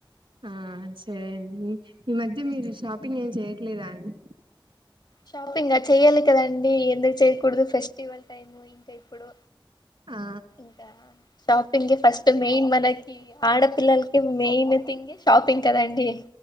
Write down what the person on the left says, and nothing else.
షాపింగా చేయాలి కదా అండి ఎందుకు చేయకూడదు ఫెస్టివల్ టైము ఇంకా ఇప్పుడు.
ఇకా షాపిింగ్ ఫస్ట్ మెయిన్ మనకి ఆడపిిల్లలకి మెయిన్ థింగ్ షాపిింగ్ కదండి